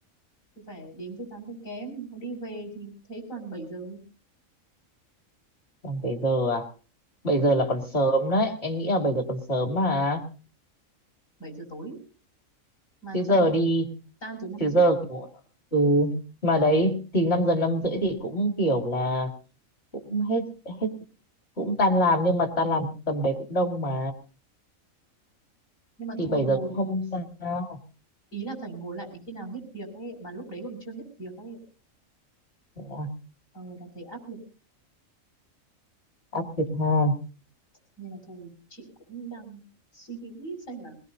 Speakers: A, on the left; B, on the left.
A: thì phải đến từ tám giờ kém Mà đi về thì thấy toàn bảy giờ
B: Còn bảy giờ à bảy giờ là còn sớm đấy Em nghĩ là 7 giờ còn sớm mà
A: 7 giờ tối mà
B: Chứ
A: trong
B: giờ
A: khi
B: đi
A: tan từ năm
B: Chứ
A: rưỡi
B: giờ kiểu Ừ Mà đấy Thì 5 giờ 5 rưỡi thì cũng kiểu là Cũng hết hết Cũng tan làm Nhưng mà tan làm tầm đấy cũng đông mà
A: nhưng mà
B: Thì
A: thôi
B: 7
A: ngồi
B: giờ cũng không sao
A: ý là phải ngồi lại đến khi nào hết việc ấy mà lúc đấy còn chưa hết việc ấy
B: Thế À,
A: ờ là thấy áp lực
B: áp lực ha
A: nên là thôi chị cũng đang suy nghĩ xem là